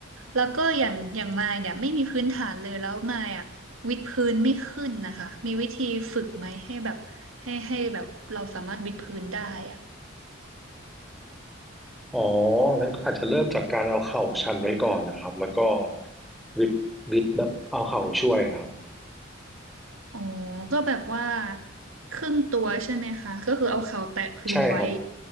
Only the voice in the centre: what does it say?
อ๋องั้นก็อาจจะเริ่มจากการเอาเข่าชันไว้ก่อนนะครับแล้วก็วิดวิดแบบเอาเข่าช่วยครับ
ใช่ครับ